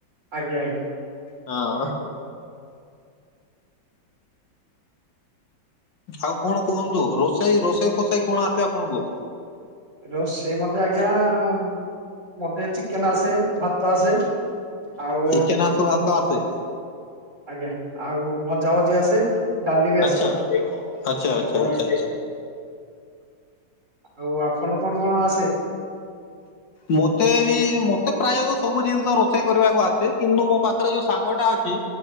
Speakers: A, on the right; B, on the left.
A: ଆଜ୍ଞା।
B: ହଁ। ଆଉ କଣ କୁହନ୍ତୁ ରୋଷେଇ ରୋଷେଇ ଫସେଇ କଣ ଆସେ ଆପଣଙ୍କୁ?
A: ରୋଷେଇ ମତେ ଆଜ୍ଞା-ଆ ମତେ ଚିକେନ ଆସେ ଭାତ ଆସେ। ଆଉ
B: ଚିକେନ୍ ଆସେ ଭାତ ଆସେ।
A: ଆଜ୍ଞା ଆଉ ମଜା ମଜି ଆସେ? ଡାଲି ବି
B: ଆଛା
A: ଆସେ
B: ଆଛା ଆଛାଛା।
A: ଆଉ ଆପଣ କଣ କଣ ଆସେ?
B: ମତେ ବି ମତେ ପ୍ରାୟତଃ ସବୁ ଜିନିଷ ରୋଷେଇ କରିବାକୁ ଆସେ କିନ୍ତୁ ମୋ ପାଖରେ ଯୋଉ ସାଙ୍ଗ ଟା ଅଛି